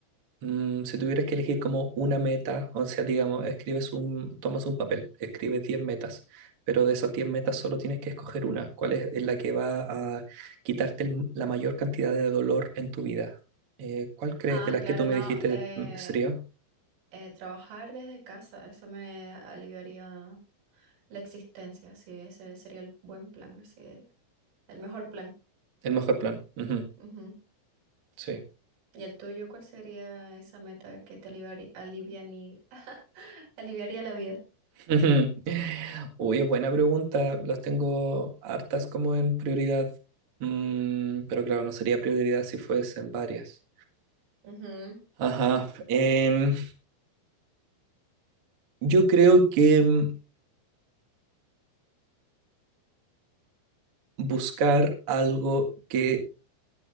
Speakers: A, on the right (about 60°); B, on the right (about 75°).
A: Mm, si tuvieras que elegir como una meta, o sea, digamos, escribes un, tomas un papel, escribes 10 metas, pero de esas 10 metas solo tienes que escoger una. ¿Cuál es la que va a quitarte el- la mayor cantidad de dolor en tu vida? Eh, ¿cuál crees
B: Ah,
A: de las
B: claro,
A: que tú me
B: no.
A: dijiste
B: eh,
A: mm, sería
B: eh, trabajar desde casa, eso me aliviaría la existencia. Sí, ese sería el buen plan, así, de- el mejor plan.
A: el mejor plan? Ujú,
B: Ujú.
A: sí.
B: ¿Y el tuyo, cuál sería esa meta que te aliviaría, aliviani- <laughs> aliviaría la vida?
A: <laughs> Ujú. Uy, es buena pregunta. Las tengo hartas como en prioridad. Mm, pero claro, no sería prioridad si fuesen varias.
B: Ujú.
A: Ajá. em, Yo creo que mm, buscar algo que,